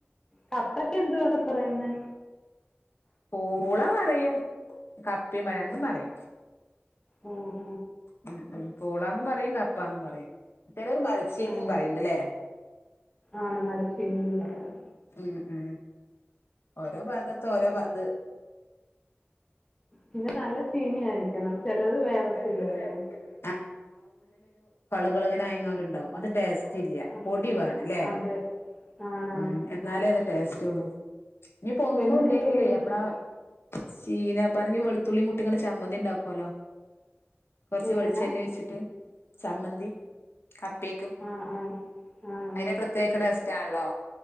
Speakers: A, on the left; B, on the left.
A: കപ്പക്ക് എന്തുവാ അവിടെ പറയുന്നെ
B: പൂള പറയും കപ്പിം പറിം രണ്ടും പറിം
A: ഉം
B: ഉം ഉം പോളാന്നും പറിയും കപ്പാനും പറിയും ചെലര് മരച്ചീനിം
A: ഓ
B: പറിണ്ട് ലെ
A: ആണ് മരച്ചീനിന്നും പറയാം
B: ഉം ഉം ഓരോ ഭാഗത്ത് ഓരോ ഭാത്ത്
A: പിന്നെ നല്ല ചീനി ആയിരിക്കണം ചെലത് വേവത്തില്ലല്ലോ
B: ചെലവ് വേറെക്കെല്ലേ കൾ ഇങ്ങനെ ആയിങ്ങാ ണ്ടാവും അത് ടേസ്റ്റ് ഇല്ല
A: അതെ
B: പൊടി വേണം അല്ലെ
A: അതെ ആണാണ്
B: ഉം എന്നാലേ അത് ടേസ് <unintelligible> ഇനിപ്പോ ഒന്നുംല്ലെങ്കിലേ
A: വെന്തില്ലേലും
B: നമ്മളാ ചീനാ പറങ്ങി വെളുത്തുള്ളി കൂട്ടി ചമ്മതി ഉണ്ടാക്കുവലോ കുറച്ച്
A: എങ്ങനാ?
B: വെളിച്ചെണ്ണ ഒഴിച്ചിട്ട് ചമ്മന്തി കപ്പക്കും
A: ആഹ് ആഹ് ആഹ്
B: അതിന്
A: ആഹ്
B: പ്രത്യേക ടേസ്റ്റ് ആണല്ലോ